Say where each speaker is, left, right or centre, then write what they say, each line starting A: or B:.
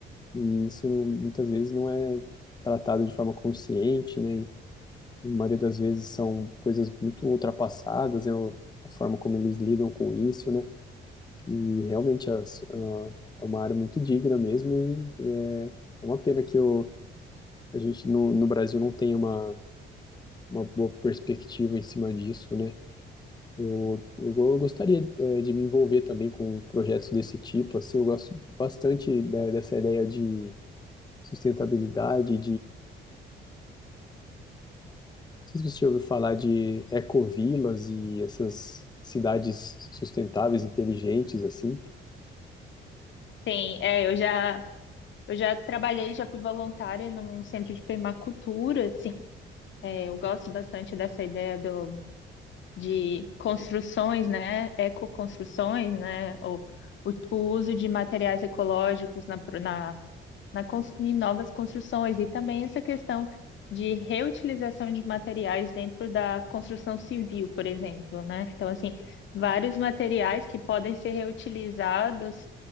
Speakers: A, on the left; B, on the left.
A: E isso muitas vezes não é tratado de forma consciente, né? A maioria das vezes são coisas muito ultrapassadas, né? A forma como eles lidam com isso, né? E realmente as- ah, é uma área muito digna mesmo e é, é uma pena que o- a gente no, no Brasil não tenha uma, uma boa perspectiva em cima disso, né? Eu, eu, go- eu gostaria eh, de me envolver também com projetos desse tipo, assim, eu gosto bastante, né, dessa ideia de sustentabilidade, sei se você já ouviu falar de ecovilas e essas cidades sustentáveis, inteligentes, assim.
B: Tem, é, eu já, eu já trabalhei, já fui voluntária num centro de permacultura, assim, é, eu gosto bastante dessa ideia do, de construções, né, ecoconstruções, né, ou o, o uso de materiais ecológicos na, pro- na na cons- em novas construções e também essa questão de reutilização de materiais dentro da construção civil, por exemplo, né? Então, assim, vários materiais que podem ser reutilizados,